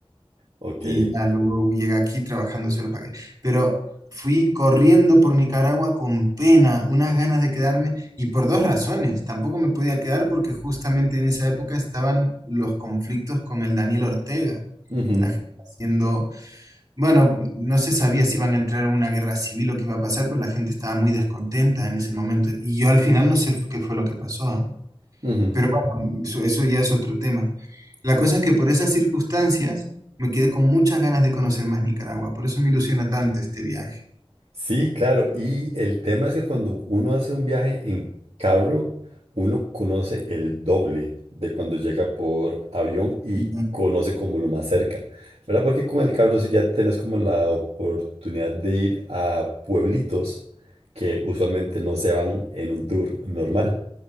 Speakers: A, on the right; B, on the right.
A: ok.
B: Y ya luego llegué aquí trabajando, se lo pagué. Pero fui corriendo por Nicaragua con pena, unas ganas de quedarme, y por dos razones. Tampoco me podía quedar porque justamente en esa época estaban los conflictos con el Daniel Ortega,
A: Ujú,
B: la gente haciendo bueno, no se sabía si iban a entrar en una guerra civil o qué iba a pasar, pero la gente estaba muy descontenta en ese momento. Y yo al final no sé f- qué fue lo que pasó. ¿ah?
A: ujú.
B: Pero bueno, eso, eso ya es otro tema. La cosa es que por esas circunstancias me quedé con muchas ganas de conocer más Nicaragua. Por eso me ilusiona tanto este viaje.
A: Sí, claro. Y el tema es que cuando uno hace un viaje en carro, uno conoce el doble de cuando llega por avión y
B: Y,
A: conoce como lo más cerca, ¿verdad? Porque con el carro sí ya tenés como la oportunidad de ir a pueblitos que usualmente no se van en un tour normal.